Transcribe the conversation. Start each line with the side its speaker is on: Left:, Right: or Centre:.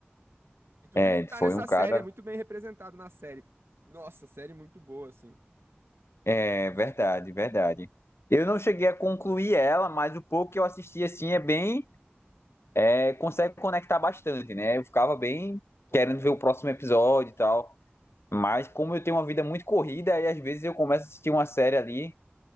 Right: E tudo
Left: é,
Right: isso tá
Left: foi
Right: nessa
Left: um cara.
Right: série, é muito bem representado na série. Nossa, série muito boa, assim.
Left: É verdade, verdade. Eu não cheguei a concluir ela, mas o pouco que eu assisti assim é bem, é, consegue conectar bastante, né? Eu ficava bem querendo ver o próximo episódio e tal, mas como eu tenho uma vida muito corrida, aí às vezes eu começo a assistir uma série ali